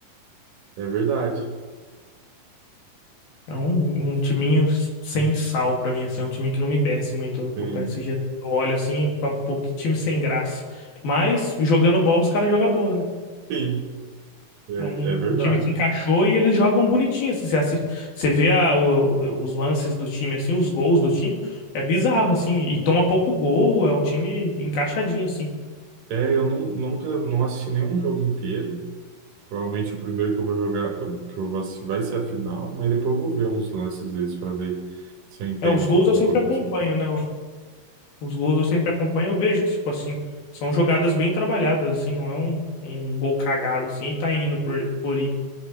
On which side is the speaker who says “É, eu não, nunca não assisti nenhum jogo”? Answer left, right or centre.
Right